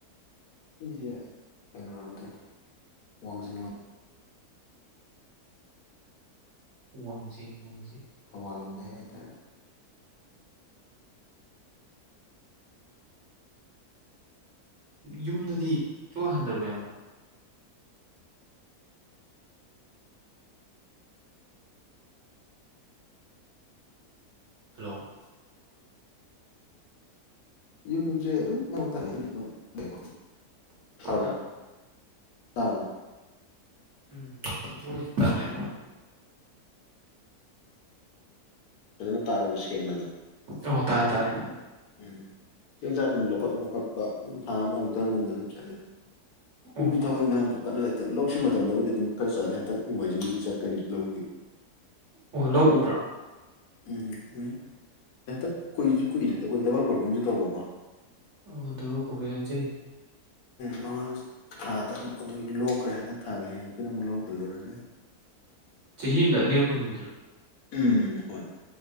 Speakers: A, on the left; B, on the right.
A: ꯑꯩꯁꯦ ꯀꯩꯅꯣꯔꯣꯝꯗꯣꯏꯅꯤ ꯋꯥꯡꯖꯤꯡꯡꯂ
B: ꯋꯥꯟꯖꯤ ꯋꯥꯟ
A: ꯊꯧ ꯋꯥꯂꯂꯝꯗ ꯍꯥꯏꯇꯥꯦ
B: ꯌꯨꯝꯗꯗꯤ ꯆꯣꯛ ꯍꯟꯗ꯭ꯔꯕ ꯌꯥꯝꯕ ꯍꯜꯂꯣ
A: ꯌꯨꯝꯁꯦ ꯑꯗꯨꯝ ꯃꯔꯣꯛ ꯇꯜꯂꯤ ꯑꯗꯨꯝ ꯂꯩ ꯇꯥꯕ꯭ꯔ
B: ꯍꯥ
A: ꯂ
B: ꯎꯝ ꯇꯍꯂ
A: ꯖ ꯇꯕꯂ ꯁꯦꯟꯅꯗ
B: ꯑꯣ ꯇꯥꯥꯏꯦ ꯇꯥꯏꯔꯦ
A: ꯎꯝ ꯆꯦꯡ ꯆꯥꯛꯀꯨꯝꯕ ꯂꯧꯈꯠꯄ ꯈꯣꯠꯄ ꯑꯗꯨꯝ ꯊꯥ ꯑꯃꯗ ꯑꯃꯨꯛꯇꯪꯒꯨꯝꯕ ꯑꯗꯨꯝ ꯆꯠꯂꯦꯗ
B: ꯑꯣ
A: ꯇꯁꯨ ꯊꯕ ꯊꯥꯟ ꯆꯣ ꯀꯟꯅ ꯂꯩꯇꯕ ꯂꯧꯁꯤꯡ ꯃꯇꯝꯗꯕꯨꯗꯤ ꯑꯗꯨꯝ ꯈꯔ ꯆꯠꯂꯦ ꯍꯟꯗꯛ ꯅꯣꯡꯃꯥꯏꯖꯤꯡꯕꯨꯗꯤ ꯆꯠꯀꯅꯤ ꯂꯧꯒꯤ
B: ꯑꯣ ꯂꯧ ꯎꯕ꯭ꯔꯣ
A: ꯎꯝ ꯎꯏ ꯍꯟꯗꯛ ꯀꯨꯏꯁꯨ ꯀꯨꯏꯗꯕꯤꯗ ꯑꯩꯈꯣꯏ ꯗꯕꯜ ꯭ꯔꯣꯄꯤꯡꯁꯨ ꯇꯧꯕꯀꯣ
B: ꯑꯣꯗꯕꯨ ꯀꯣꯄꯦꯁꯦ
A: ꯃ ꯊꯥꯗ ꯑꯃꯨꯛ ꯑꯗꯨꯒꯤ ꯂꯣꯛꯈ꯭ꯔꯦ ꯍꯟꯗꯛ ꯊꯥꯒꯤ ꯍꯌꯦꯡꯁꯤꯗ ꯑꯃꯨꯛ ꯂꯧ ꯍꯨꯜꯂꯨꯔꯅꯤ
B: ꯆꯍꯤ ꯑꯃꯗꯅꯤꯔꯛ ꯍꯨꯟꯕꯤꯗꯨ꯭ꯔꯣ
A: ꯎꯝ ꯍꯣꯏ